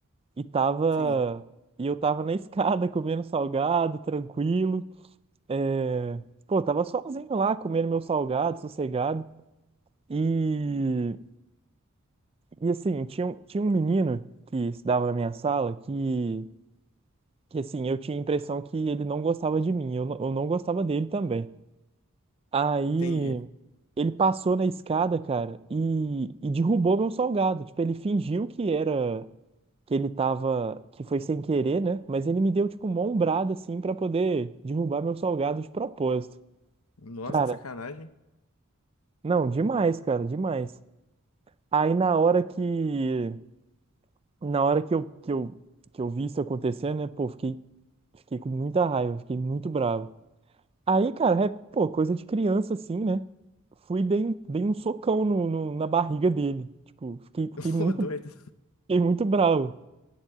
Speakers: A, on the right; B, on the left.
A: E tava
B: Sim,
A: e eu tava na escada <laughs> comendo salgado, tranquilo. É... Pô, tava sozinho lá comendo meu salgado, sossegado. E e assim, tinha um, tinha um menino que estudava na minha sala que que assim, eu tinha a impressão que ele não gostava de mim, eu não, eu não gostava dele também. Aí
B: entendi.
A: Ele passou na escada, cara, e, e derrubou meu salgado. Tipo, ele fingiu que era, que ele tava, que foi sem querer, né? Mas ele me deu, tipo, uma ombrada, assim, pra poder derrubar meu salgado de propósito.
B: Nossa,
A: Cara,
B: que sacanagem.
A: não, demais, cara, demais. Aí na hora que, na hora que eu, que eu, que eu vi isso acontecendo, né? Pô, fiquei, fiquei com muita raiva, fiquei muito bravo. Aí, cara, é, pô, coisa de criança assim, né? Fui e dei, um- dei um socão no, no- na barriga dele. Tipo, fiquei, fiquei
B: <laughs>
A: muito,
B: Ô, doido.
A: fiquei muito bravo.